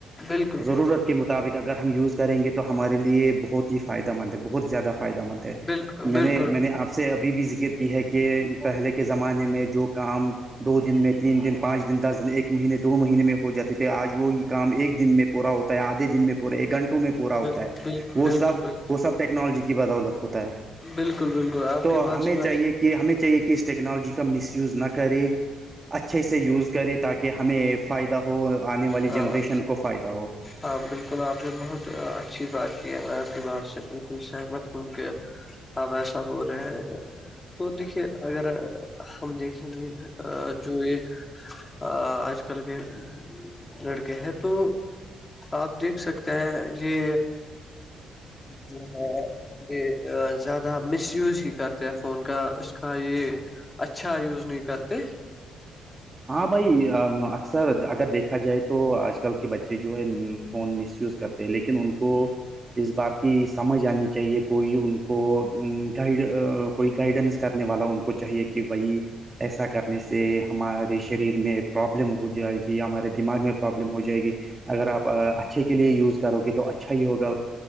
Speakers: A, on the left; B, on the right.
A: بالکل
B: ضرورت
A: بالکل
B: کے مطابق اگر ہم یوز کریں گے تو ہمارے لیے بہت ہی فائدہ مند ہے بہت زیادہ فائدہ مند ہے
A: بالکل بالکل
B: میں نے میں نے آپ سے ابھی بھی ذکر کی ہے کہ پہلے کے زمانے میں جو کام دو دن میں تین دن پانچ دن دس دن ایک مہینے دو مہینے میں ہو جاتے تھے آج وہی کام ایک دن میں پورا ہوتا ہے آدھے دن میں پورا ایک گھنٹوں میں پورا ہوتا
A: بالکل بالکل
B: ہے وہ سب
A: بالکل
B: وہ سب ٹیکنالوجی کی بدولت ہوتا ہے
A: بالکل بالکل آپ
B: تو
A: کی بات
B: ہمیں
A: سے
B: چاہیے
A: میں
B: کہ ہمیں چاہیے کہ اس ٹیکنالوجی کا مس یوز نہ کرے اچھے سے یوز کرے تاکہ ہمیں فائدہ ہو آنے والی
A: ہاں
B: جنریشن کو فائدہ ہو
A: ہاں بالکل آپ نے بہت اچھی بات کیا میں آپ کی بار سے بالکل سہمت ہوں کہ اب ایسا ہو رہے ہے تو دیکھیے اگر ہم دیکھیں گے جو یہ آ اج کل کے لڑکے ہیں تو آپ دیکھ سکتے ہیں یہ جو ہے <unintelligible> یہ زیادہ مس یوز ہی کرتے ہیں فون کا اس کا یہ اچھا یوز نہیں کرتے
B: ہاں بھائی اکثر اگر دیکھا جائے تو آج کل کے بچے جو ہے فون مس یوز کرتے ہیں لیکن ان کو اس بات کی سمجھ آنی چاہیے کوئی ان کو گائڈ کوئی گائیڈنس کرنے والا ان کو چاہیے کہ بھائی ایسا کرنے سے ہمار شریر میں پرابلم ہو جائے گی ہمارے دماغ میں پرابلم ہو جائے گی اگر آپ اچھے کے لیے یوز کرو گے تو اچھا ہی ہوگا